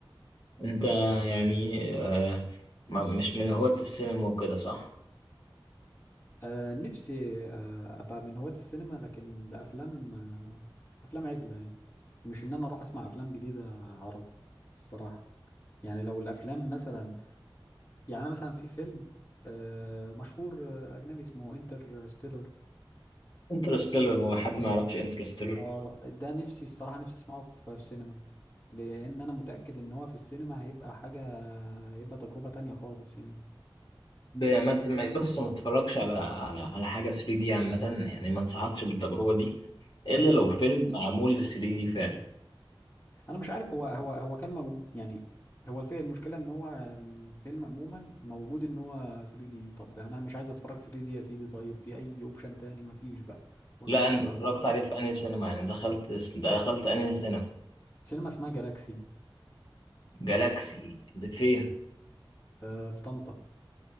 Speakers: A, on the left; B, on the left.
A: انت يعني آه، ما مش من هواة السينما وكده صح؟
B: آه نفسي آه ابقى من هواة السينما لكن لافلام آه افلام عدله يعني مش ان انا اروح اسمع افلام جديده عرب الصراحه يعني لو الافلام مثلا يعني انا مثلا في فيلم آه مشهور آه، اجنبي اسمه انترستيلر
A: انترستيلر هو حد ما يعرفش انترستيلر
B: اه ده نفسي الصراحة نفسي اسمعه في في سينما لان انا متأكد ان هو في السينما هيبقى حاجة هيبقى تجربة تانية خالص يعني
A: <laughs> ب- ما تسمع- بص ما تتفرجش على على على حاجة 3 دي عامة يعني ما انصحكش بالتجربة دي الا
B: ايوه
A: لو فيلم معمول لل 3 دي فعلا
B: انا مش عارف هو هو هو كان موجود يعني هو الفيلم المشكلة ان هو الفيلم عموما موجود ان هو 3D طب انا مش عايز اتفرج 3D يا سيدي طيب في اي اوبشن تاني مفيش بقى هو
A: لا
B: كان
A: انت
B: لازم
A: اتفرجت
B: اتفرج 3D
A: عليه في انهي سينما يعني دخلت دخلت انهي سينما
B: سينما اسمها جالاكسي
A: جالاكسي ده فين
B: آه في طنطا